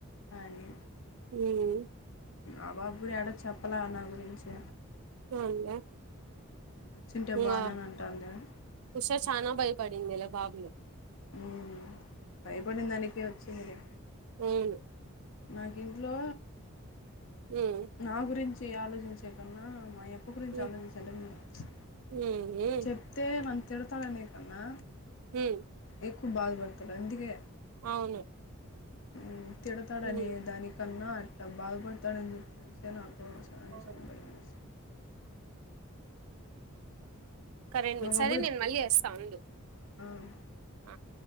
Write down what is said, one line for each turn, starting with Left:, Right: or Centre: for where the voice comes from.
Left: అనె
Right: ఉమ్
Left: ఆ పాప గూడ యాడ చెప్పల నా గురించి
Right: బావుందా
Left: వచ్చింటే
Right: ఇంగా
Left: బాగున్నాను
Right: ఆ
Left: అంటాంది
Right: ఉష చాన బయపడిందిలే బాబులె
Left: ఉమ్ భైపడిందనికే వచ్ చిందిలె
Right: ఊను.
Left: నాకింట్లో.
Right: ఉమ్
Left: నా గురించి. చే ఆలోచించేకన్నా మయం. అప్పు గురించి
Right: ఉమ్
Left: ఆలోచించండింటే ప్చ్.
Right: ఉమ్ ఉమ్
Left: చెప్తే మన్. తిడుతారనేకన్నా.
Right: ఉమ్.
Left: ఎక్కువ బాధపడతారు అందుకే.
Right: అవును.
Left: ఉమ్. తిడతాడనే
Right: ఉమ్
Left: దానికన్నా అట్లా బాధపడతాడని చెప్పేసే నాకు. చనే
Right: అవును
Left: చనిపోయే అసిం.
Right: కరెన్ మీ
Left: ఒకప్పుడు
Right: సరే నేను మళ్ళీ చేస్తా వుండు
Left: ఆ
Right: ఆహ్.